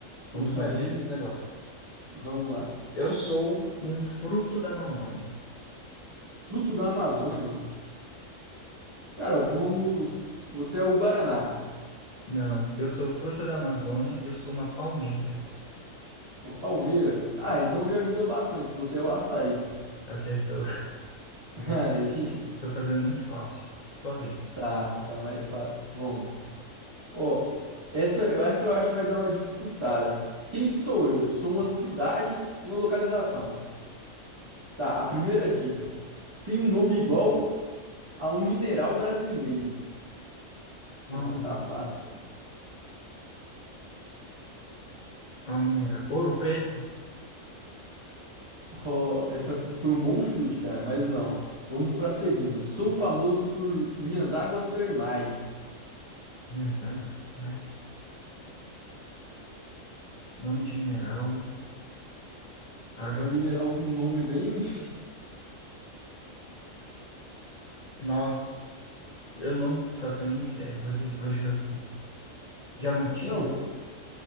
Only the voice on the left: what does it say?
Vamos
lá, minha vez agora.
Eu sou um fruto da Amazônia.
Não, eu sou fruto da Amazônia e eu sou uma palmeira.
Acertou. <laughs>
Você
Tô fazendo muito fácil. Sua vez.
Há
um mineral.
Há um mineral. Ouro preto?
Minhas águas mais. Nome de mineral. Águas.
Nossa, eu não faço a mínima ideia. Vou dizer. Vou... ju- Diamantina?